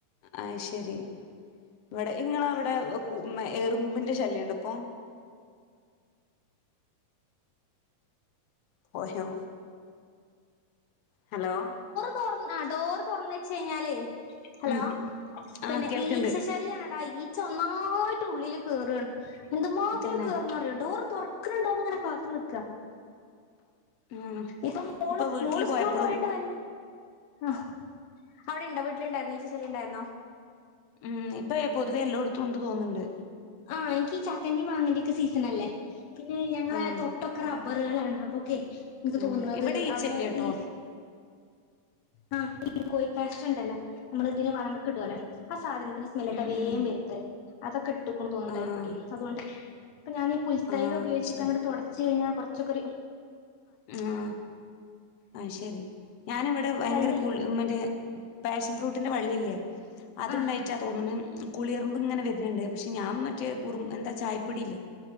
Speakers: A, on the left; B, on the left.
A: ആഹ് ശെരി. ഇവടെ ഇങ്ങളെ ഔടെ എറ്മ്പിൻ്റെ ശല്യം ഇണ്ടൊ ഇപ്പൊ പോയോ ഹലോ
B: തൊറന്നാ ഡോറ് തൊറന്ന് വെച്ച് കയിഞ്ഞാലേ ഹലോ
A: ഉം ആഹ്
B: പിന്നെ
A: കേൾക്ക്ണ്ട്
B: ഈച്ചശല്യാണടാ ഈ ച്ചാ ഒന്നായിട്ട് ഉള്ളില് കേറാണ്. എന്തുമാത്ര
A: തന്നെ
B: കേറ്ണറ്യാെ. ഡോറ് തൊറ ക്ക്ണ്ടോന്ന്ങ്ങനെ കാത്ത് നിക്ക.
A: ആഹ്
B: ഇപ്പൊ മോള്
A: വീട്ടില്
B: മോള് സ്കൂള്
A: പോയപ്പളും
B: പോയണ്ട് വെ ആഹ് അവിടെ ഇണ്ടോ വീട്ടില് ഇണ്ടായിര്ന്നേ ഈച്ച ശല്യം ഇണ്ടായിര്ന്നൊ.
A: ഉം ഇപ്പേ പൊതുവേ എല്ലോട്ത്തും ഇണ്ട് തോന്ന്ണ്ട്.
B: ആഹ് എൻക്ക് ചക്കന്റിം മാങ്ങന്റിം ഒക്കെ സീസൺ അല്ലേ പിന്നെ ഞങ്ങളേ
A: ആഹ്
B: തൊട്ടൊക്കെ റ റുകളാണ് അപ്പൊക്കെ ഇൻക്ക്
A: ആഹ്
B: തോന്ന്ന്നത്
A: ഇവിടെ ഈച്ചല്ല്യട്ടോ
B: അവ്ടെ ഈ ആഹ് ഈ കോഴിക്കാഷ്ടം ഇണ്ടല്ലോ നമ്മള് ഇതിന് വള ഇടു അല്ലെ ആഹ് സാധനത്തിന് സ്മെല്ല് കേട്ട
A: ഉം
B: വേഗം
A: ഉം
B: <unintelligible> അതക്കെ എണ്ട് തോന്നുന്നുണ്ടായിക്കൂടി
A: ആഹ്
B: അതുകൊണ്ട് ഇ ഞാനി പുൽത്തൈല
A: ആഹ്
B: ഉപയോഗിച്ചിട്ടങ്ങനെ
A: ശരി
B: തൊട്ച്ച് കഴിഞ്ഞാ കൊർച്ചൊക്ക ഒര്
A: ആഹ് ആയ് ശരി ഞാനിവിടെ
B: പക്ഷെ
A: ഭയങ്കര
B: അതിന്റെ
A: കൂ മറ്റേ പാഷൻ ഫ്രൂട്ടിന്റെ വള്ളില്ലേ അത്ണ്ടായി
B: ആഹ്
A: മറ്റാ തോന്നുന്ന് കുളിയർമ്പ് ഇങ്ങനെവെർന്ന്ണ്ട് പക്ഷെ ഞാൻ മറ്റേ ഉറു എന്താ ചായിപ്പൊടിയില്ലേ